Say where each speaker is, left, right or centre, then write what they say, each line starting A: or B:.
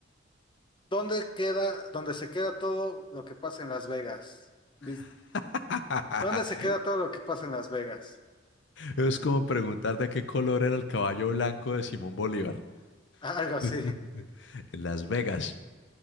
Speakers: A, on the left (about 25°); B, on the left (about 60°).
A: ¿dónde queda, dónde se queda todo lo que pasa en Las Vegas? Dis-
B: <laughs>
A: ¿Dónde se queda todo lo que pasa en Las Vegas?
B: Es como preguntar de qué color era el caballo blanco de Simón Bolívar.
A: <laughs> Algo así.
B: <laughs> En Las Vegas.